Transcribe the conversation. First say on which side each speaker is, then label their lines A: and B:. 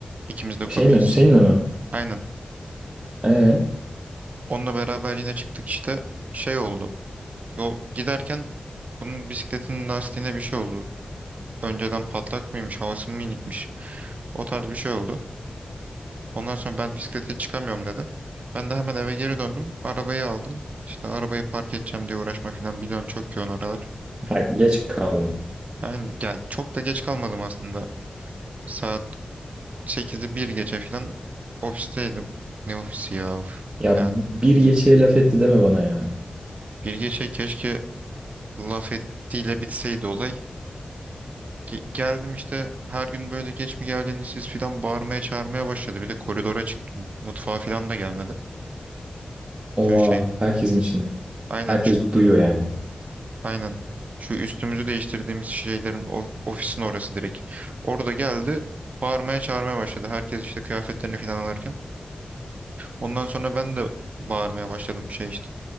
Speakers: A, on the right; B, on the right.
A: İkimiz de komiyiz.
B: Şey mi? Hüseyin'le mi?
A: Aynen.
B: Ee,
A: Onunla beraber yine çıktık işte şey oldu. Yol giderken bunun bisikletinin lastiğine bir şey oldu. Önceden patlak mıymış havası mı inikmiş. O tarz bir şey oldu. Ondan sonra ben bisiklete çıkamıyorum dedi. Ben de hemen eve geri döndüm. Arabayı aldım. İşte arabayı park edeceğim diye uğraşma falan biliyorsun çok yoğun oralar.
B: ha, geç kaldım.
A: Ben yani çok da geç kalmadım aslında. Saat sekizi bir geçe falan ofisteydim. Ne ofisi ya of.
B: Ya
A: Yine
B: bir geçeye laf etti deme bana ya.
A: bir geçe keşke laf ettiğiyle bitseydi olay. Ge- geldim işte her gün böyle geç mi geldiğini siz filan bağırmaya çağırmaya başladı. Bir de koridora çıktım. Mutfağa filan da gelmedi.
B: Oha
A: Şu şey
B: herkesin içinde.
A: aynen
B: Herkes
A: şu
B: duyuyor yani.
A: Aynen. Şu üstümüzü değiştirdiğimiz şeylerin o- ofisin orası direkt. Orada geldi. Bağırmaya çağırmaya başladı. Herkes işte kıyafetlerini falan alırken. Ondan sonra ben de bağırmaya başladım şey işte.